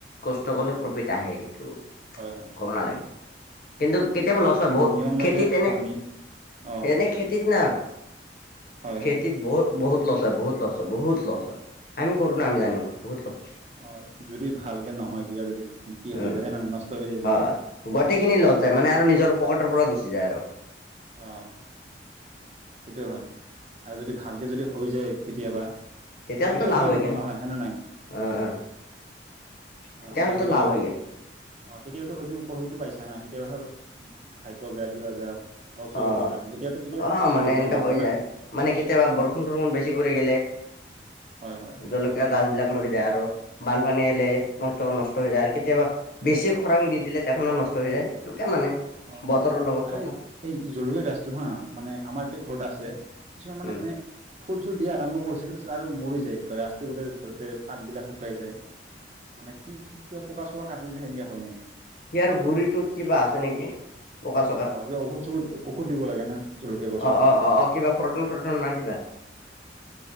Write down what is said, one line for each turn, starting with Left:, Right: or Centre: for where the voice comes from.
Left: কষ্ট কৰিলে প্ৰফিট আহে এইটো।
Right: হয় হয়।
Left: ক'ব নালাগে কিন্তু কেতিয়াবা লছ হয় বহুত
Right: নিয়ম মতে
Left: খেতিত এনে
Right: অ নি অ
Left: এনে খেত না,
Right: হয়
Left: খেতিত
Right: হয়
Left: বহুত বহুত লছ হয় বহুত লছ হয় বহুত লছ হয়, আমি কৰো না আমি জানো। বহুত লছ হয়
Right: অ' যদি ভালকে নহয় কিবা যদি কি হৈ
Left: উম,
Right: যায় হয় নে নহয় নষ্ট হৈ যায় যদি
Left: অ', গটেখিনি লছ
Right: বহুত
Left: যায় মানে আৰু নিজৰ পকেটৰ পৰা গুছি জি যায় আৰু'।
Right: অ'। সেইটো হয়, আৰু যদি ভালকে যদি হৈ যায় কেতিয়াবা
Left: তেতিয়াহ'লেতো
Right: প্ৰফিটো
Left: লাভ
Right: হয়
Left: হৈ
Right: নোহোৱা
Left: গ'ল
Right: নহয় হয় না নাই?
Left: অ অ।
Right: অ'
Left: তেতিয়াহ'লেতো
Right: চাই কেতিয়াবা,
Left: লাভ হৈ গ'ল
Right: অ' কেতিয়াবাতো হয়তো প্ৰফিটো পাইছ নহয় কেতিয়াবা ধৰ, ভাগ্য বেয়া কিবা বেয়া লছ হৈ
Left: অ
Right: কিবা কানে কেতিয়াতো কেতিয়াতো
Left: অ
Right: ভাল
Left: মানে
Right: ৰিজাল্ট
Left: এনকা
Right: ওলাইছে
Left: হৈ
Right: না
Left: যায়, মানে কেতিয়াবা বৰষুণ থৰষুণ বেছি পৰি গেলে
Right: হয় হয়
Left: জলকীয়া গাছ বিলাক মৰি যায় আৰু, বানপানী
Right: অ
Left: আহিলে নষ্ট- নষ্ট ট হৈ যায় আৰু কেতিয়াবা বেছি খৰাং দি দিলে তেখনো নষ্ট হৈ যায়, এনুকে মানে।
Right: অ
Left: বতৰৰ লগত
Right: আৰু
Left: কথা।
Right: এই জলকীয়া গাছটো হা মানে আমাৰ এতে ঘৰত আছে কিছুমান মানে
Left: উম
Right: এনে ফুল- চুল দিয়া আৰম্ভ কৰিছিল পিছত আৰু মৰি যায় গাছটো গোতে ঘৰতে পাতবিলাক শুকাই যায়। মানে কি কি কিবা পোকা চোকা কাটি দিলেহে এনেকা হয় নেকি?
Left: সিয়াৰ গুৰিটোত কিবা আছে নেকি? পকা চকা।
Right: অ কিবা ঔষধ চৌষধ ঔষধ দিব লাগে না জলকীয়া গছত
Left: অ' অ' অ' কিবা প্ৰটন থ্ৰতন মাৰি দিবা।
Right: <inaudible>